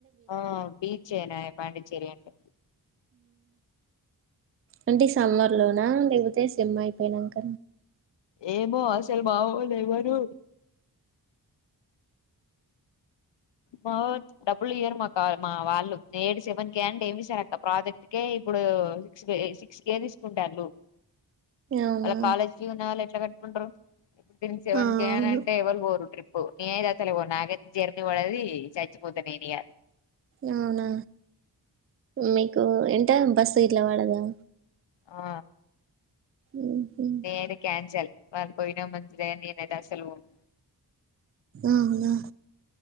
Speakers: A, on the left; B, on the right.
A: ఆ బీచెనా పాండిచ్చేరి అంటే
B: అంటే సమ్మర్లోనా లేకపోతే సెమ్ అయిపోయినాక
A: ఏమో అసలు బావో లే ఎవ్వరు మా డబ్బులు ఇయ్యరు మాకు మా వాళ్ళు ఏటి సెవెన్ కే అంటే ఏమి ఇస్తారు అక్క ప్రాజెక్ట్ కే ఇప్పుడు సిక్స్ సిక్స్ కే తీసుకుంటాళ్ళు
B: అవునా
A: మళ్ళ కాలేజీకి <unintelligible> ఉన్నాాల ఎట్ల పెట్టుకుంటరు సిక్స్ సెవెన్
B: ఆ
A: కే
B: అవును
A: అంటే ఎవళు బోరు నేనైతే అసలు బోను నాకైతే <unintelligible> పడేది చచ్చిపోత నేనీయ
B: అవునా మీకు ఏంట బస్సు ఇట్లా పడదా
A: ఆ
B: ఉహు
A: నేను క్యాన్సల్ వాళ్ళు పోయినా మంచిదే నేనైతే అస్సలు పోను
B: అవునా